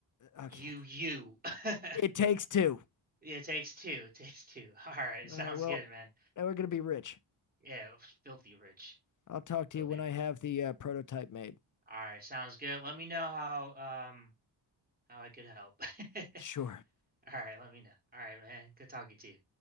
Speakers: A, on the left; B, on the right.
A: Okay.
B: you you. <laughs>
A: It takes two.
B: Yeah. It takes two. It takes two. <laughs> All right. Sounds
A: All right. Well,
B: good, man.
A: now we're gonna be rich.
B: Yeah. Filthy rich.
A: I'll talk to
B: Filthy.
A: you when
B: ri-
A: I have the uh, prototype made.
B: All right. Sounds good. Let me know how um how I could help. <laughs> All
A: Sure.
B: right. Let me know. All right, man. Good talking to you.